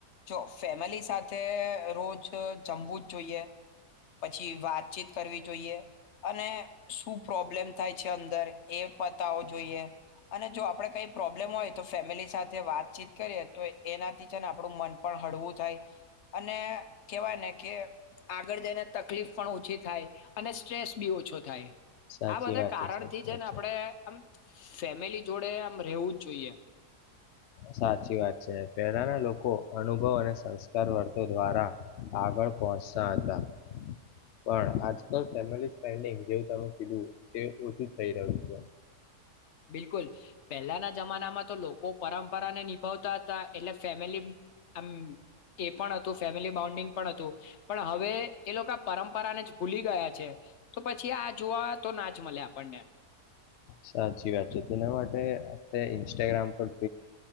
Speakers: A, on the left; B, on the left.
A: જો ફેમિલી સાથે રોજ જમવું જ જોઈએ પછી વાતચીત કરવી જોઈએ અને શું પ્રોબ્લેમ થાય છે અંદર એ પતાવો જોઈએ અને જો આપણે કઈ પ્રોબ્લેમ હોય તો ફેમિલી સાથે વાતચીત કરીએ તો. એનાથી છે ને આપણું મન પણ હળવું થાય અને કહેવાય ને કે આગળ જઈને તકલીફ પણ ઓછી થાય અને સ્ટ્રેસ બી ઓછો થાય.
B: સાચી
A: આ બધા
B: વાત
A: કારણથી
B: સાચી
A: છે
B: વાત
A: ને આપડે આમ ફેમિલી જોડે. રહેવું જ જોઈએ.
B: સાચી વાત છે પહેલાના લોકો અનુભવ અને સંસ્કાર વર્ત દ્વારા આગળ પહોંચતા હતા પણ આજ. ફેમિલીેડિંગ જે. તમે કીધું તે ઓછું થઈ રહ્યું છે.
A: બિલકુલ. પહેલાના જમાનામાં તો લોકો પરંપરાને નિભાવતા. એટલે ફેમિલી આમ એ પણ હતું ફેમિલી બોન્ડિંગ પણ હતું પણ હવે એ લોકો પરંપરાને જ ભૂલી ગયા છે તો પછી આ જોવા તો ના જ મળે આપણને.
B: સાચી વાત છે તેના માટે આપ ઇન્સ્ટાગ્રામ પર